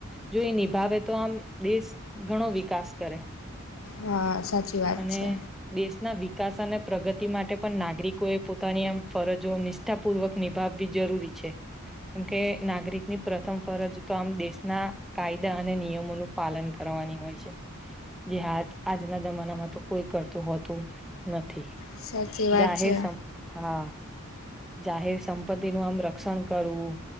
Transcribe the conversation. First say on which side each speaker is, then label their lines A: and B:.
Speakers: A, in the centre; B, on the left.
A: જો એ નિભાવે તો આમ દેશ ઘણો વિકાસ કરે.
B: હા, સાચી વાત
A: અને,
B: છે
A: દેશના વિ વિકાસ અને પ્રગતિ માટે, પણ નાગરિકોએ પોતાની આમ ફરજો નિષ્ઠાપૂર્વક નિભાવવી જરૂરી છે, કેમ કે નાગરિકની પ્રથમ ફરજ, તો આમ દેશના કાયદા અને નિયમોનું પાલન કરવાની હોય છે જે, હા આજના જમાનામાં તો કોઈ કરતું હોતું નથી,
B: સાચી વાત
A: જાહેર
B: છે
A: હા જાહેર સંપત્તિ નું આમ રક્ષણ કરવું